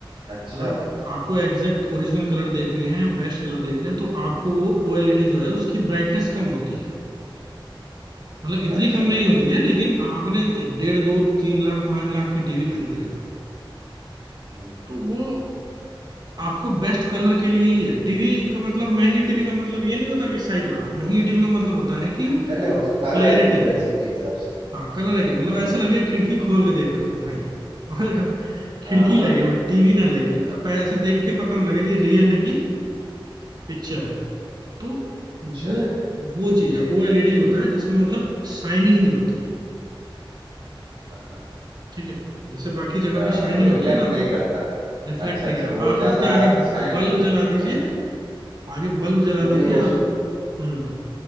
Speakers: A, on the right (about 50°); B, on the right (about 80°).
A: मतलब
B: अच्छा
A: आपको एग्जैक्ट ओरिजिनल कलर देखने हैं बेस्ट कलर देखने हैं तो आपको वो ओएलईडी जो है उसकी ब्राइटनेस कम होती है मतलब
B: अच्छा
A: इतनी
B: अच्छा
A: कम नहीं होती है लेकिन आपने डेढ़ दो तीन लाख पांच लाख की टीवी खरीद रहे हो
B: हम्म।
A: तो वो आपको बेस्ट कलर के लिए ही है टीवी का मतलब महंगी टीवी का मतलब ये नहीं होता कि साइज बड़ा महंगी टीवी का मतलब होता है कि
B: नहीं नहीं उस कलर
A: क्लियरिटी
B: की और ऐसी के हिसाब से
A: हाँ कलर है कि मतलब
B: हम्म
A: ऐसा
B: हम्म।
A: लगे कि खिड़की खोल के देख रहे हो कहीं <laughs> और खिड़की
B: हाँ
A: लगे वो टीवी ना लगे आप ऐसे देख के पता नहीं लगे कि रियल है कि पिक्चर है तो
B: अक्षर
A: वो
B: है
A: वो चीज
B: ये
A: है ओएलईडी होता है जिसमें मतलब शाइनिंग नहीं होती है
B: हाँ
A: ठीक है जैसे बाकी
B: अच्छा
A: जगह पे शाइनिंग
B: वो रिफ्लेक्ट
A: होती है ना तो आपको
B: नहीं करता
A: रिफ्लेक्ट
B: अच्छा
A: नहीं
B: अच्छा
A: करता
B: वो
A: आप
B: ज्यादा
A: उसके आगे
B: साइन
A: बल्ब
B: को रिफ-
A: जला दीजिए
B: अच्छा
A: आगे बल्ब जला
B: जो
A: दीजिए
B: भी वो उसको
A: और हम्म